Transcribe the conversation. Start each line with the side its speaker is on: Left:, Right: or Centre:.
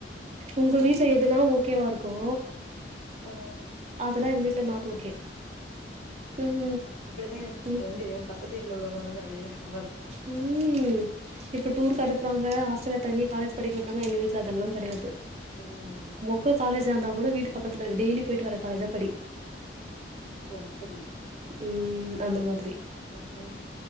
Right: உங்க
Left: அ
Right: வீட்ல எதனாவு ஓகேவாருக்கோ
Left: ஆ
Right: அதுலா எங் வீட்ல நாட் ஓகே ம்
Left: இப்படிதா எ ஃப்ரெண்டு
Right: ம்
Left: எ பக்கத்து வீட்ல உள்ள பொண்ணுக்கு அதேதா ப
Right: ம் இப்ப டூருக்கு அனுப்புறாங்க ஹாஸ்டல்ல தங்கி காலேஜ் படிக்க விட்றாங்க எங்க வீட்ல அதெல்லா கெடையாது
Left: ம் ம்
Right: கு காலேஜா இந்தா கூட வீட்டு பக்கத்துல இரு டெய்லி போய்ட்டு வர காலேஜா படி
Left: ஓ! அப்படி.
Right: ம் அந்த மாதிரி
Left: அ, அ, ஆ.